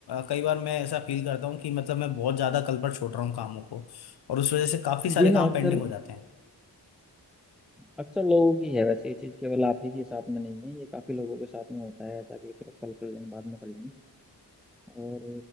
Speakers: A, on the left (about 65°); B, in the centre.
A: कई बार मैं ऐसा फील करता हूँ कि मतलब मैं बहुत ज्यादा कल पर छोड़ रहा हूँ कामों को और उस वजह से काफी सारे
B: ये
A: काम
B: ना अक्सर
A: पेंडिंग हो जाते हैं
B: अक्सर लोगों की है वैसे ये चीज़ केवल आप ही के साथ में नहीं है ये काफ़ी लोगों के साथ में होता है ऐसा कि चलो कल कर लेंगे बाद में कर लेंगे और